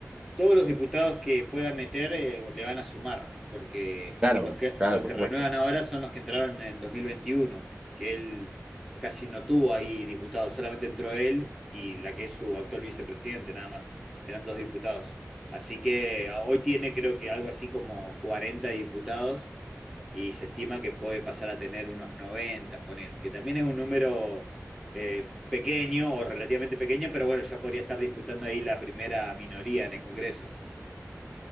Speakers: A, in the centre; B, on the right.
A: todos los diputados que pueda meter eh, le van a sumar, porque
B: Claro,
A: los que,
B: claro,
A: los
B: por
A: que
B: supuesto.
A: renuevan ahora son los que entraron en el 2021, que él casi no tuvo ahí diputados, solamente entró él y la que es su actual vicepresidente, nada más, eran dos diputados. Así que ah, hoy tiene creo que algo así como 40 diputados y se estima que puede pasar a tener unos 90, poner, que también es un número eh, pequeño o relativamente pequeño, pero bueno, ya podría estar disputando ahí la primera minoría en el Congreso.